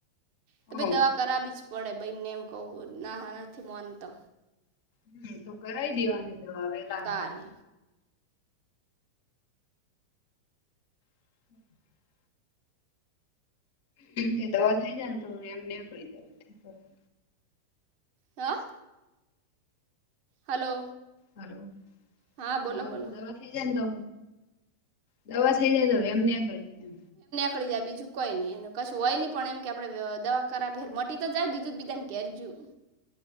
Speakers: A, on the right (about 45°); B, on the left (about 55°).
A: તો પઇ
B: હો
A: દવા કરાવી જ પડે ભાઈને એમ કહું ના નથી માનતો.
B: હમ્મ તો કરાઈ દેવાની દવા વેલા
A: તારે
B: <inaudible> કે દવા થઇ જાય ને તો એમને કંઈજાય
A: હા હલો
B: હલો
A: હા બોલો
B: હ
A: બોલો
B: ખોદા પા થ થઈ જાય તો દવા થઇ જાય તોવે એમને કરી જાય
A: થઈ જાય બીજું કોઈ નઈ કશું હોય નની પણ એમ કે આપડે દવા કરાવ મટી તો જાય બીજુત બીજાન ઘેરજયું